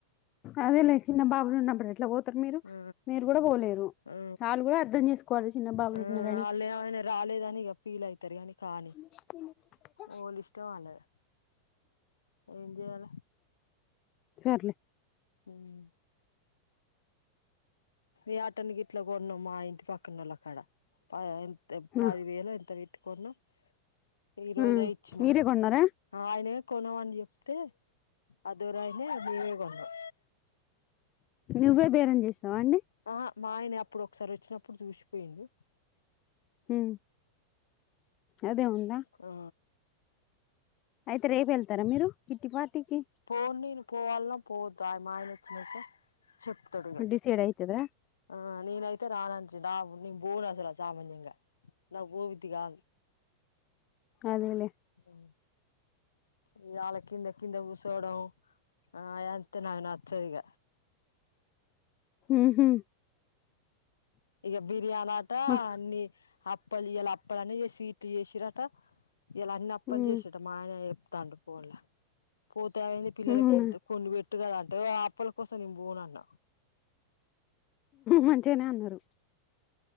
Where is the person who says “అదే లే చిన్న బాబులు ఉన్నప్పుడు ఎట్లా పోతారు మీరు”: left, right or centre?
Left